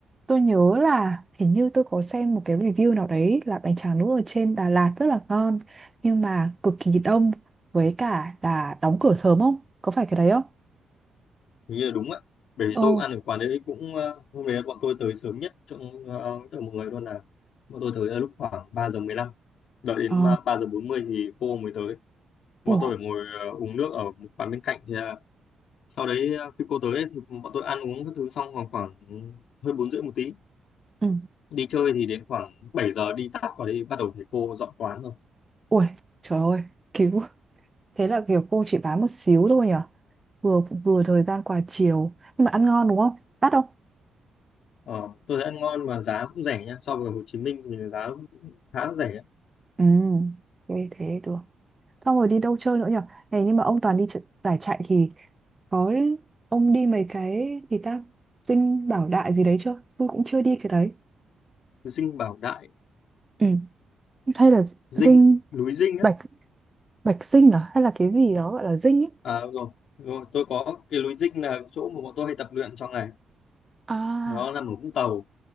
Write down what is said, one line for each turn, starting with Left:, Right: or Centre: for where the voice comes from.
Right: Tôi nhớ là hình như tôi có xem một cái review nào đấy là bánh tráng nướng ở trên Đà Lạt rất là ngon nhưng mà cực kỳ đông với cả là đóng cửa sớm không? Có phải cái đấy không?
Left: Hình như là đúng ạ. Bởi vì
Right: Ồ,
Left: tôi cũng ăn ở quán đấy cũng ờ, hôm đấy bọn tôi tới sớm nhất trong ờ, tất cả mọi người luôn là bọn tôi tới là lúc khoảng 3 giờ 15, Đợi đến
Right: ờ,
Left: mà 3 giờ 40 thì cô mới tới. Bọn
Right: ủ,
Left: tôi phải ngồi ờ, uống nước ở một quán bên cạnh thì là sau đấy ờ, khi cô tới ấy, thì bọn tôi ăn uống các thứ xong khoảng khoảng hơn 4 rưỡi một tí.
Right: ừ,
Left: Đi chơi thì đến khoảng 7 giờ đi tắt vào đi bắt đầu thấy cô dọn quán rồi.
Right: ui, trời ơi, cứu. Thế là kiểu cô chỉ bán một xíu thôi nhở? Vừa vừa thời gian qua chiều nhưng mà ăn ngon đúng không? Đắt không?
Left: Ờ, tôi thấy ăn ngon mà giá cũng rẻ nha. So với Hồ Chí Minh thì giá cũng khá rẻ.
Right: Ừ, thế thế được. Xong rồi đi đâu chơi nữa nhở? Này nhưng mà ông toàn đi ch- giải chạy thì có ông đi mấy cái gì ta Dinh Bảo Đại gì đấy chưa tôi cũng chưa đi cái đấy
Left: Dinh Bảo Đại,
Right: Ừ. Hay là dinh
Left: Dinh, núi Dinh
Right: bạch bạch dinh à hay là cái gì đó gọi là dinh ấy
Left: À đúng rồi, đúng rồi, tôi có cái lối dinh là chỗ mà bọn tôi hay tập luyện trong ngày.
Right: à
Left: Nó nằm ở Vũng Tàu.